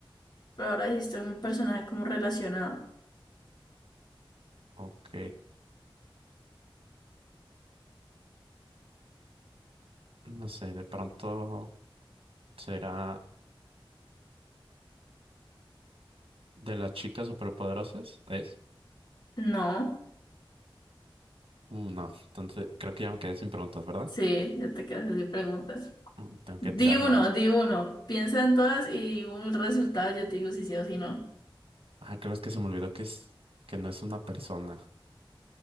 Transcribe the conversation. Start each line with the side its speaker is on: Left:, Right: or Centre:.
Left: pero ahora dijiste un personaje como relacionado.
Right: ok, no sé, de pronto será... ¿De las chicas superpoderosas? ¿Es?
Left: No,
Right: Uh, no, entonces creo que ya me quedé sin preguntas, ¿verdad?
Left: sí, ya te quedas sin preguntas.
Right: Mm, Tengo
Left: Di
Right: que tirar
Left: uno,
Right: nombres.
Left: di uno. Piensa en todas y di un resultado, yo te digo si sí o si no.
Right: Ah, creo es que se me olvidó que es que no es una persona